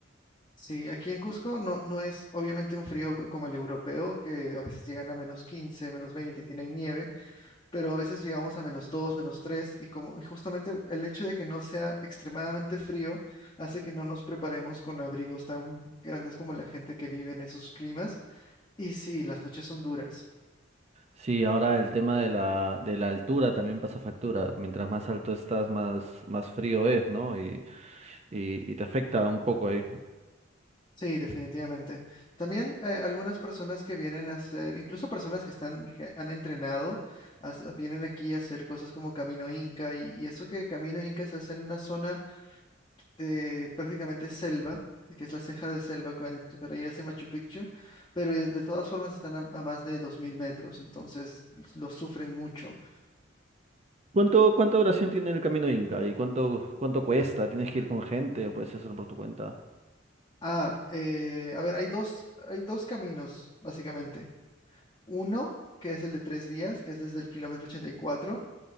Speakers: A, on the left; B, on the right.
A: Sí, aquí en Cusco no, no es obviamente un frío como el europeo, que a veces llegan a menos 15, menos 20 y tienen nieve, pero a veces llegamos a menos 2, menos 3 y como y justamente el hecho de que no sea extremadamente frío hace que no nos preparemos con abrigos tan grandes como la gente que vive en esos climas. Y sí, las noches son duras.
B: Sí, ahora el tema de la, de la altura también pasa factura. Mientras más alto estás, más, más frío es, ¿no? Y, y, y te afecta un poco ahí.
A: Sí, definitivamente. También eh, algunas personas que vienen a hacer, incluso personas que están, que han entrenado, as- vienen aquí a hacer cosas como Camino Inca y, y eso que Camino Inca se hace en una zona de prácticamente selva, que es la ceja de selva con- para ir hacia Machu Picchu, pero eh, de todas formas están a, a más de 2.000 metros, entonces lo sufren mucho.
B: ¿Cuánto, cuánta duración tiene el camino Inca? ¿Y cuánto, cuánto cuesta? ¿Tienes que ir con gente? o ¿Puedes hacerlo por tu cuenta?
A: Ah, eh, a ver, hay dos, hay dos caminos, básicamente. Uno, que es el de tres días, que es desde el kilómetro 84.